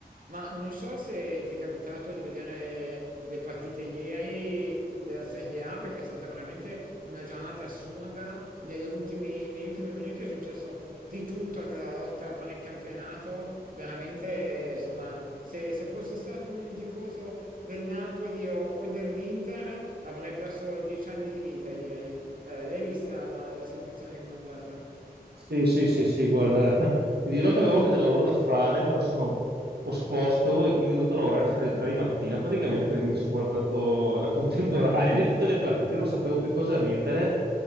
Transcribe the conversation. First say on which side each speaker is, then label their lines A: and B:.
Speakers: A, on the right (about 55°); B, on the right (about 75°).
A: Ma non so se ti è capitato di vedere le partite ieri della Serie A perché è stata veramente una giornata assurda. Negli ultimi, negli ultimi minuti è successo di tutto nella lotta per il campionato. Veramente, insomma, se, se fossi stato un tifoso del Napoli o, o dell'Inter avrei perso dieci anni di vita ieri. Eh, l'hai vista la, la situazione comandata?
B: Sì, sì, sì, sì, guarda, <laughs> ti dirò che avevo anche del lavoro da fare, me lo sono posposto e quindi ho dovuto lavorare fino alle 3 di mattina, praticamente perché mi sono guardato la <laughs> contemporanea di tutte le partite, non sapevo più cosa mettere.